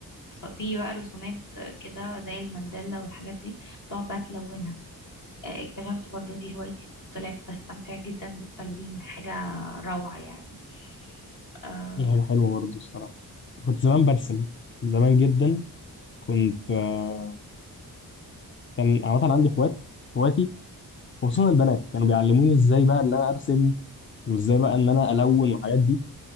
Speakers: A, on the left; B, on the left.
A: ص- فيه بقى رسومات كده زي المندلة والحاجات دي تقعد بقى تلونها آه اكتشفت برضو دي هوايتي طلعت بستمتع جدا بالتلوين حاجة روعة يعني آه
B: دي حاجة حلوة برضه الصراحة كنت زمان برسم زمان جدا كنت آه، كان عامة عندي اخوات اخواتي خصوصا
A: مم.
B: البنات كانوا بيعلموني ازاي بقى ان انا ارسم وازاي بقى ان انا الون والحاجات دي